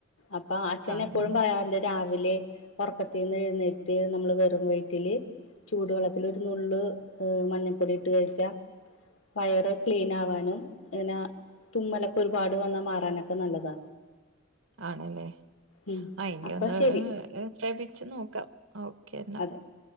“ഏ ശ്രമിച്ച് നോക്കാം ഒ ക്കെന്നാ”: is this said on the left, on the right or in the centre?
Right